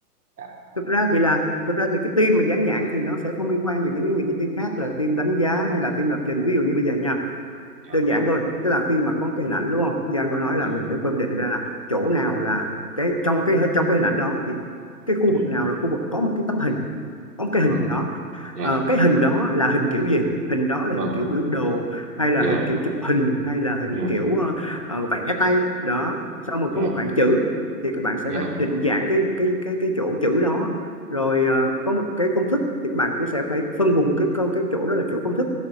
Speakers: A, on the right; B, on the left.
A: dạ
B: thực ra thì là thực ra thì cái team mà dán nhãn thì nó sẽ không liên quan gì đến những cái team khác là team đánh giá hay là team lập trình ví dụ như bây giờ nha
A: dạ
B: đơn giản thôi tức là khi mà có cái hình ảnh đúng không Giang có nói
A: dạ
B: là mình phải phân định ra là chỗ nào là cái trong cái trong cái hình ảnh đó thì cái khu
A: dạ.
B: vực nào là khu vực có một cái tấm hình có một cái
A: vâng
B: hình đó
A: dạ
B: Ờ, cái hình đó là hình kiểu gì? Hình đó là
A: vâng
B: hình kiểu biểu đồ hay là
A: dạ
B: hình kiểu chụp hình hay là hình
A: dạ
B: kiểu ờ, ờ, vẽ tay đó. Xong rồi
A: dạ
B: có một đoạn chữ thì các bạn sẽ
A: dạ
B: phải định dạng cái cái cái cái chỗ chữ đó. Rồi ờ, có một cái công thức thì các bạn cũng sẽ phải phân vùng cái con- cái chỗ đó là chỗ công thức.